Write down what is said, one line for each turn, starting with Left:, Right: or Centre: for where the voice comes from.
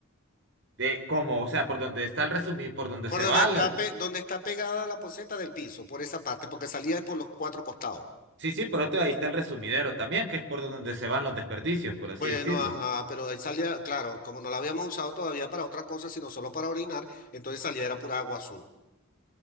Right: De, ¿cómo? O sea, por donde está el resumir, por donde
Left: Por
Right: se
Left: donde
Right: va.
Left: está, pe- donde está pegada la poceta del piso, por esa parte, porque salía por los cuatro costados.
Right: Sí, sí, por otro ahí está el resumidero también, que es por donde se van los desperdicios, por así
Left: Bueno,
Right: decirlo.
Left: ajá, pero ahí salía, claro, como no la habíamos usado todavía para otra cosa, sino solo para orinar, entonces salía era pura agua azul.